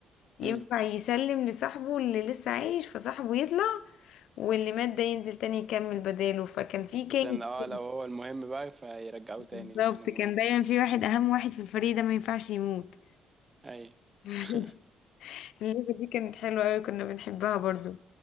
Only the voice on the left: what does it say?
ينفع
يسلم لصاحبه اللي لسه عايش فصاحبه يطلع واللي مات ده ينزل تاني يكمل بداله فكان في كينج
كده.
بالظبط
كان دايما في واحد اهم واحد في الفريق ده ما ينفعش يموت
<laughs>
اللعبة دي كانت حلوة قوي كنا بنحبها برضو